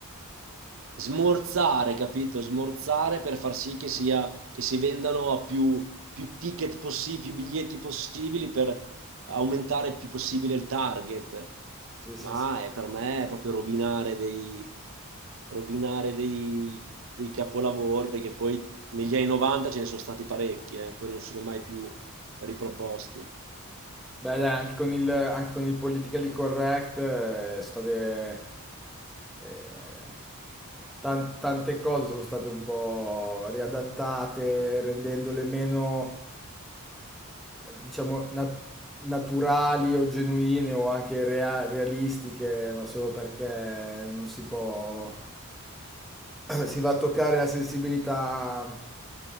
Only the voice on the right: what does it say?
smorzare, capito? Smorzare per far sì che sia, che si vendano a più, più ticket possibili, più biglietti possibili per aumentare il più possibile il target.
Ma
è, per me è proprio rovinare dei, rovinare dei, dei capolavori che poi negli anni 90 ce ne sono stati parecchi, eh, poi non sono mai più riproposti.